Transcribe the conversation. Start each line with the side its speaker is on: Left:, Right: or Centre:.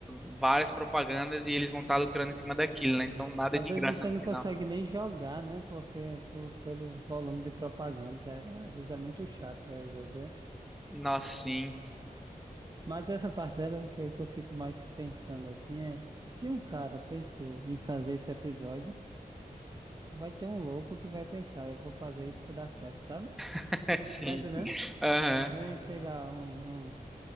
Centre: várias propagandas e eles vão estar lucrando em cima daquilo, né? Então nada
Right: Às
Centre: é de
Right: vezes
Centre: graça
Right: você
Centre: no
Right: não
Centre: final.
Right: consegue nem jogar, né? Porque po- pelo volume de propagandas, é- às vezes é muito chato, né, o jogo. é.
Centre: Nossa, sim,
Right: Mas essa parte dela que, eu- que eu fico mais pensando assim é, se um cara pensou em fazer esse episódio, vai ter um louco que vai pensar, eu vou fazer isso dar certo, sabe?
Centre: <laughs> sim.
Right: Tá entendendo?
Centre: Aham.
Right: Vem, sei lá, um, um,